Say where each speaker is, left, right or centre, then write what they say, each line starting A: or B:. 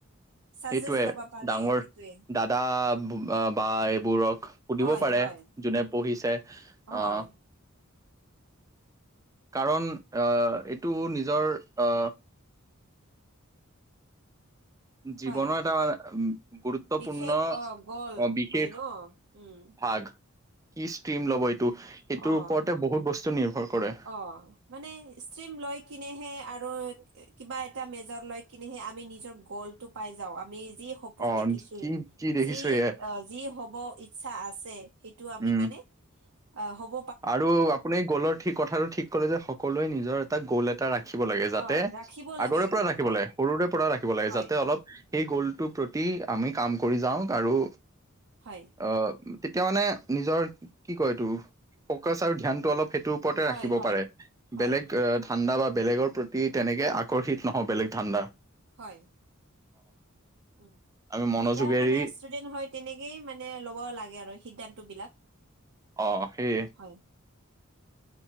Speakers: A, on the right; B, on the right.
A: চাজেষ্ট
B: সেইটোৱে
A: ল'ব পাৰে
B: ডাঙৰ
A: সেইটোৱে
B: দাদা বা এইবোৰক সুধিব
A: হয়
B: পাৰে
A: হয়
B: যোনে পঢ়িছে
A: হয়
B: আহ কাৰণ অ এইটো নিজৰ অ জীৱনৰ
A: হয়
B: এটা গুৰুত্বপূৰ্ণ
A: বিশেষ অ গ'ল
B: অ বিশেষ
A: হয় ন উম
B: ভাগ। কি ষ্ট্ৰিম ল'ব এইটো, সেইটোৰ
A: অ
B: ওপৰতে বহুত বস্তু নিৰ্ভৰ কৰে।
A: অ মানে ষ্ট্ৰীম লৈ কিনেহে আৰু কিবা এটা মেজৰ লৈ কিনেহে আমি নিজৰ গ'ল টো পাই যাওঁ আমি যি সপোন
B: অ
A: দেখিছো
B: কি কি দেখিছো
A: যি
B: এয়া
A: অ যি হ'ব ইচ্ছা আছে সেইটো আমি
B: উম
A: মানে আহ হ'ব
B: আৰু আপুনি গোলৰ কথাটো ঠিক কলে যে সকলোৱে নিজৰ এটা গোল এটা এটা ৰাখিব লাগে যাতে
A: অ ৰাখিব লাগে
B: আগৰে পৰা
A: হয়
B: ৰাখিব
A: হয়
B: লাগে সৰুৰে পৰা ৰাখিব লাগে
A: হয়
B: যাতে অলপ সেই গোলটোৰ প্ৰতি আমি কাম কৰি যাও আৰু
A: হয়।
B: অ তেতিয়া মানে নিজৰ কি কয় এইটো ফকাচ আৰু ধ্যানটো অলপ ত ওপৰতে
A: হয়
B: ৰাখিব
A: হয়
B: পাৰে
A: হয়
B: বেলেগ ধাণ্ডা বা বেলেগৰ প্ৰতি তেনেকৈ আকৰ্ষিত নহওঁ বেলেগ ধাণ্ডা।
A: হয়। উ
B: আমি মনোযোগেৰি
A: এটা মানে ষ্টুডেন্ট হয় তেনেকেই মানে ল'ব লাগে আৰু সিদ্ধান্ত বিলাক।
B: অ', সেইয়ে
A: হয়।